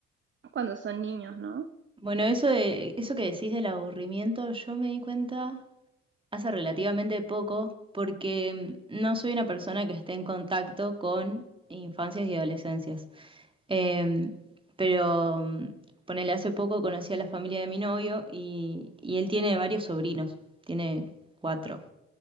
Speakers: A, on the right; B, on the right.
A: cuando son niños, ¿no?
B: Bueno, eso de, eso que decís del aburrimiento, yo me di cuenta hace relativamente poco, porque mm, no soy una persona que esté en contacto con infancias y adolescencias. Eh, pero mm, ponele, hace poco conocí a la familia de mi novio y, y él tiene varios sobrinos, tiene cuatro.